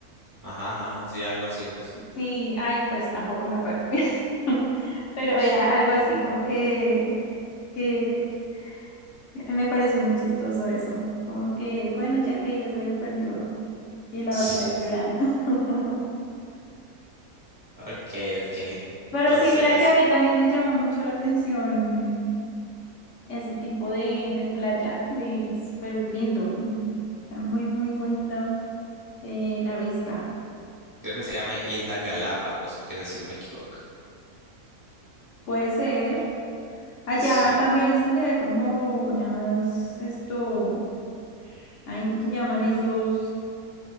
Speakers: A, on the right; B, on the left.
A: Ajá, ajá, ajá, sí, algo así es.
B: Sí, ay, pues tampoco me acuerdo. <laughs> Pero
A: Sí,
B: era algo así como que, que <laughs> A mí me pareció muy chistoso eso. Como que, bueno, ya que ella se le perdió y la
A: Sí,
B: otra ahí
A: sí.
B: llorando. <laughs>
A: ok, ok.
B: Pero
A: Entonces,
B: sí, mira que a mí también me llama mucho la atención ese tipo de, de playa, de súper lindo, Está muy, muy bonito eh, la vista.
A: creo que se llama Isla Galápagos, creo si no me equivoco.
B: Puede ser. Allá
A: Sí.
B: también es donde hay como unas, esto, ay, ¿cómo se llaman esos